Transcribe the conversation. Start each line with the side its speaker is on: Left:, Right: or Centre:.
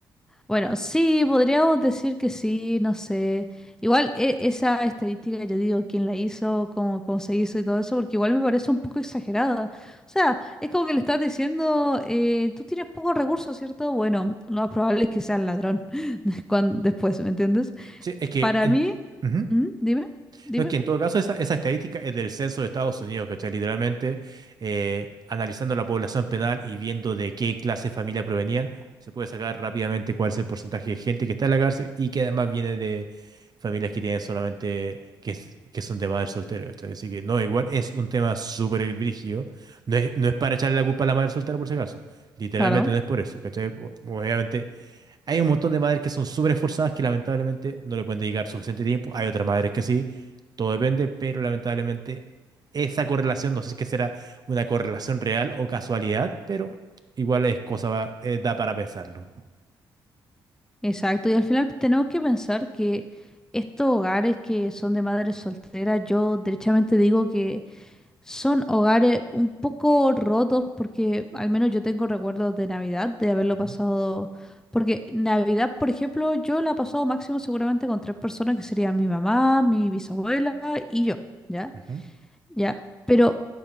Centre: Bueno, sí, podríamos decir que sí, no sé. Igual e- esa estadística, yo digo, quién la hizo, cómo, cómo se hizo y todo eso, porque igual me parece un poco exagerada. O sea, es como que le estás diciendo, eh, tú tienes pocos recursos, ¿cierto? Bueno, lo más probable es que sea el ladrón <laughs> cuan- después, ¿me entiendes?
Right: Sí, es que
Centre: Para
Right: en,
Centre: mí,
Right: ujú.
Centre: ¿Mm? Dime, dime.
Right: No, es que en todo caso esa, esa estadística es del censo de Estados Unidos, ¿cachai? Literalmente eh, analizando la población penal y viendo de qué clase de familia provenían, se puede sacar rápidamente cuál es el porcentaje de gente que está en la cárcel y que además viene de familias que tienen solamente, que, es- que son de madre soltera, ¿cachai? Así que no, igual es un tema súper brígido. No es, no es para echarle la culpa a la madre soltera por si acaso. Literalmente
Centre: Claro,
Right: no es por eso, ¿cachai? Obviamente hay un montón de madres que son súper esforzadas que lamentablemente no le pueden dedicar suficiente tiempo. Hay otras madres que sí, todo depende, pero lamentablemente esa correlación, no sé si es que será una correlación real o casualidad, pero igual es cosa, va- eh, da para pensarlo.
Centre: exacto. Y al final tenemos que pensar que estos hogares que son de madres solteras, yo derechamente digo que son hogares un poco rotos porque al menos yo tengo recuerdos de Navidad, de haberlo
Right: Ujú,
Centre: pasado. Porque Navidad, por ejemplo, yo la he pasado máximo seguramente con tres personas que serían mi mamá, mi bisabuela y yo, ¿ya?
Right: ujú.
Centre: Ya, pero